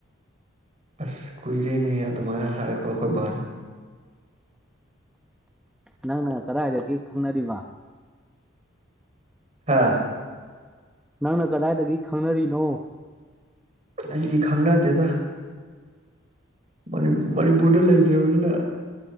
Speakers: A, on the right; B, in the centre.
A: ꯑꯁ ꯀꯏꯔꯅꯤ ꯑ ꯑꯗꯨꯃꯅ ꯍꯥꯔꯛꯄꯈꯣꯏꯕꯅ
B: ꯅꯪꯅ ꯀꯗꯥꯏꯗꯒꯤ ꯈꯪꯅꯔꯤꯕ
A: ꯍꯥꯥ
B: ꯅꯪꯅ ꯀꯗꯥꯏꯗꯒꯤ ꯈꯪꯅꯔꯤꯅꯣ
A: ꯑꯩꯗꯤ ꯈꯪꯅꯠꯇꯦꯗ ꯃ ꯃꯅꯤꯄꯨꯔꯗ ꯂꯩꯖꯕꯅꯤꯅ